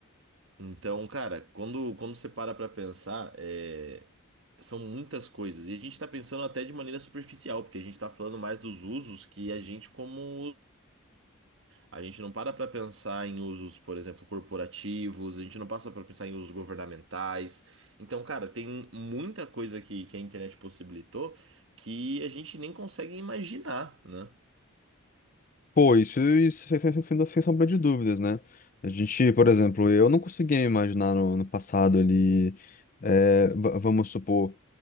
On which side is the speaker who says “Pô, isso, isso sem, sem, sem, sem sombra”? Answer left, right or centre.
Left